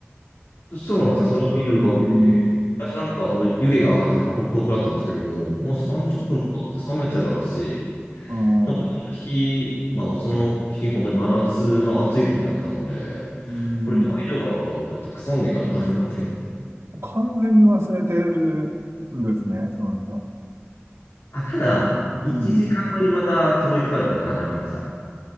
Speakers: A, on the left; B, on the right.
A: そうなんですよ。
B: か、
A: それ見る限り。
B: うーん、
A: 最初なんか、ほんと湯気が上がってるからホクホクだったんですけども、もう30分経って冷めてたろうし、
B: あー
A: ちょっとその日、まあまあその日、本当に真夏の暑い時だったので、
B: うーん、
A: これ大丈夫なのかな、置いといて、腐んねえかなと思って。
B: 完全に忘れてるんですね、その人。
A: あ、ただ、
B: うーん
A: 1時間後にまた通りかかるとなくなってました。